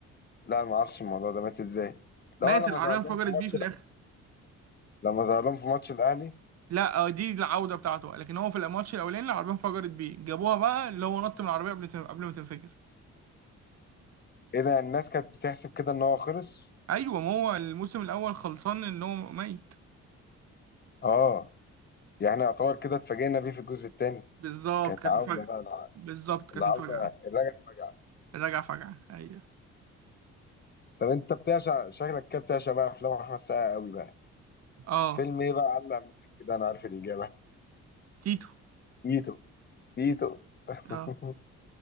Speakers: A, on the left (about 35°); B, on the right (about 55°).
A: لا انا ما اعرفش الموضوع ده مات ازاي لا
B: مات
A: لما
B: العربية
A: ظهر
B: انفجرت
A: لهم في
B: بيه
A: ماتش
B: في الآخر
A: لما ظهر لهم في ماتش الاهلي
B: لا آه، دي العودة بتاعته لكن هو في الماتش الأولاني العربية انفجرت بيه جابوها بقى اللي هو نط من العربية قبل قبل ما تنفجر
A: ايه ده الناس كانت بتحسب كده ان هو خلص
B: ايوه ما هو الموسم الاول خلصان ان هو ميت
A: اه يعني يعتبر كده اتفاجئنا بيه في الجزء الثاني
B: بالظبط
A: كانت
B: كانت
A: عودة
B: مفاجأة
A: بقى الع-
B: بالظبط كانت
A: العودة
B: مفاجأة
A: الرجعة فجأة
B: الرجعة فجعة أيوه
A: طب انت بتعشق شكلك كده بتعشق بقى افلام احمد السقا قوي بقى
B: اه
A: فيلم ايه بقى علق معاك كده انا عارف الاجابة
B: تيتو
A: تيتو تيتو <laughs>
B: اه